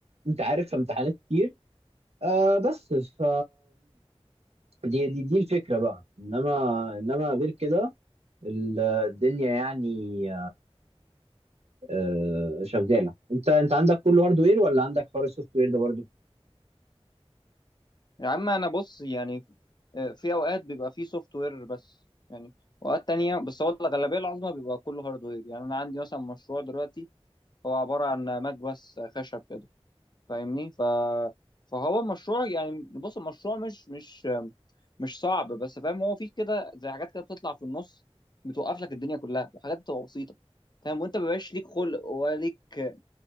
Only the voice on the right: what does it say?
انت عارف امتحانات كتير آه بس ف دي دي دي الفكره بقى انما انما غير كده ال- الدنيا يعني آه شغاله انت انت عندك كله هاردوير ولا عندك حوار السوفت وير ده برضو